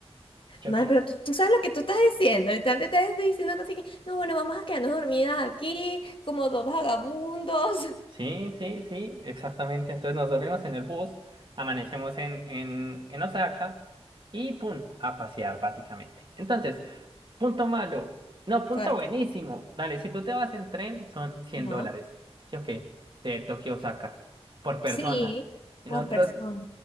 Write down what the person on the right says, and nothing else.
¿Yo
qué?
Sí, sí, sí, exactamente. Entonces nos dormimos en el bus, amanecemos en, en, en Osaka y ¡pum! a pasear básicamente. Entonces, punto malo. No, punto
buenísimo. Dale, si tú te vas en tren, son cien
dólares. ¿Sí o qué? De Tokio a Osaka por persona.
Y
nosotros